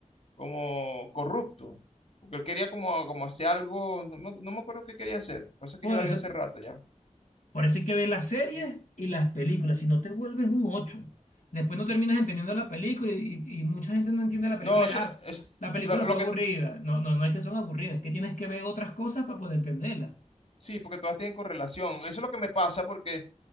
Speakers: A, on the left; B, on the left.
A: como corrupto, porque él quería como, como hacer algo, no, no- no me acuerdo qué quería hacer, Lo que pasa es
B: Por
A: que yo la
B: eso.
A: vi hace rato ya.
B: Por eso hay que ver las series y las películas, si no te vuelves un ocho. Después no terminas entendiendo la película y, y- y mucha gente no entiende la película.
A: No, eso,
B: y, Ah,
A: es-
B: la película
A: lo lo
B: fue
A: que,
B: aburrida. No, no, no es que son aburridas, es que tienes que ver otras cosas para poder entenderlas.
A: sí, porque todas tienen correlación, eso es lo que me pasa porque...